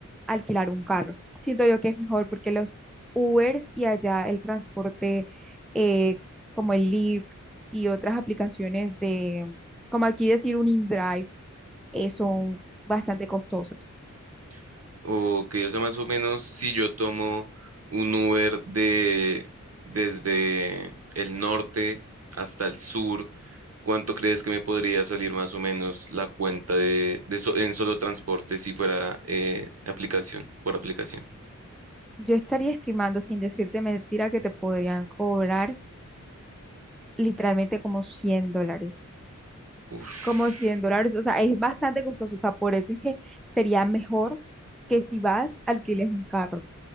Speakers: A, in the centre; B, on the right.
A: alquilar un carro. Siento yo que es mejor porque los Ubers y allá el transporte eh, como el Lyft y otras aplicaciones de, como aquí decir un InDrive, eh, son bastante costosas.
B: <laughs> ok, o sea, más o menos si yo tomo un Uber de desde el norte hasta el sur, ¿cuánto crees que me podría salir más o menos la cuenta de, de so- en solo transporte si fuera eh, aplicación, por aplicación?
A: Yo estaría estimando, sin decirte mentira, que te podrían cobrar literalmente como 100 dólares,
B: Uf.
A: como 100 dólares, o sea, es bastante costoso, o sea, por eso es que sería mejor que si vas, alquiles un carro.